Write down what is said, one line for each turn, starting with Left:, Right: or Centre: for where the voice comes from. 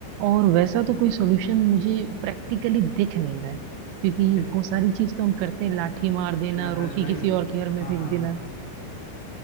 Right: और वैसा तो कोई सॉल्यूशन मुझे प्रैक्टिकली दिख नहीं रहा है क्योंकि
Left: अरे
Right: वो सारी चीज तो हम करते हैं लाठी मार देना
Left: अरे आकाश
Right: रोटी
Left: भाई
Right: किसी और के घर में
Left: हाँ
Right: फेंक
Left: हाँ
Right: देना